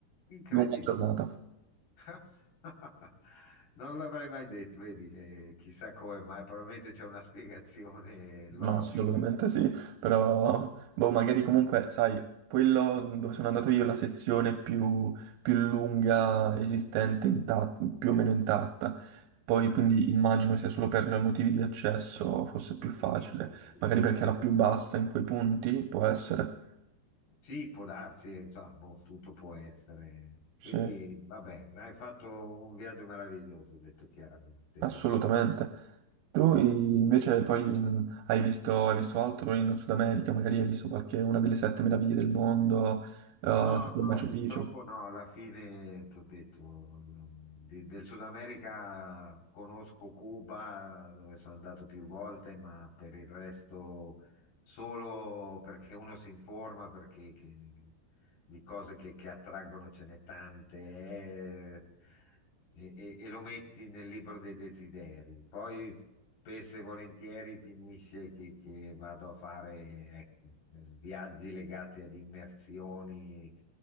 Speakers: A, on the left; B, on the right.
A: Incredibile.
B: Lunga giornata.
A: <laughs> Non l'avrei mai detto, vedi, eh, chissà come mai, probabilmente c'è una spiegazione logica.
B: Ma assolutamente sì, però boh, magari comunque, sai, quello dove sono andato io è la sezione più, più lunga esistente, intatta, più o meno intatta. Poi
A: Ah,
B: quindi immagino sia solo per motivi di accesso fosse più facile,
A: Sì, probabilmente.
B: magari perché è la più bassa in quei punti, può essere.
A: Sì, può darsi, insomma, boh, tutto può essere.
B: Sì,
A: Quindi, vabbè, hai fatto un viaggio meraviglioso, ho detto chiaramente.
B: assolutamente. Tu invece poi in- hai visto, hai visto altro in Sud America, magari hai visto qualche una delle sette meraviglie del mondo, eh,
A: No,
B: tipo
A: no,
B: Machu
A: purtroppo
B: Picchu.
A: no, alla fine ti ho detto, di- del Sud America conosco Cuba, dove sono andato più volte, ma per il resto solo perché uno si informa, perché che- di cose che, che attraggono ce n'è tante eh, e, e- e lo metti nel libro dei desideri. Poi spesso e volentieri finisce che, che vado a fare ecco, viaggi legati ad immersioni